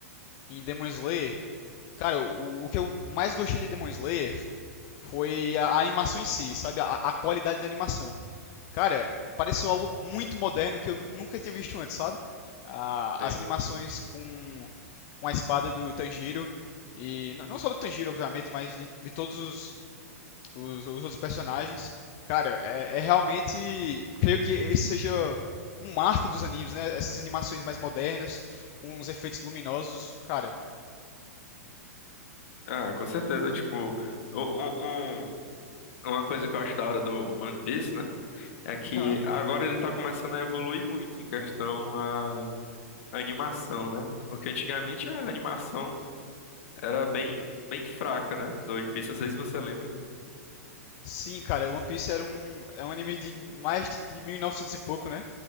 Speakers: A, on the left (about 40°); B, on the left (about 60°).
A: em Demon Slayer, cara, o, o que eu mais gostei de Demon Slayer foi a, a animação em si, sabe? A, a qualidade da animação. Cara, pareceu algo muito moderno que eu nunca tinha visto antes, sabe? Ah,
B: Sim.
A: as animações com, com a espada do Tanjiro, e n- não só do Tanjiro, obviamente, mas de, de todos os, os, os outros personagens. Cara, é, é realmente. Creio que esse seja um marco dos animes, né? Essas animações mais modernas, com os efeitos luminosos, cara.
B: Ah, com certeza. Tipo, um, um- um- uma coisa que eu acho da hora do One Piece, né? É que
A: Hã?
B: agora ele tá começando a evoluir muito em questão a, a animação, né? Porque antigamente a animação era bem, bem fraca, né? Do One Piece, não sei se você lembra.
A: Sim, cara, One Piece era um, é um anime de mais de de 1900 e pouco, né?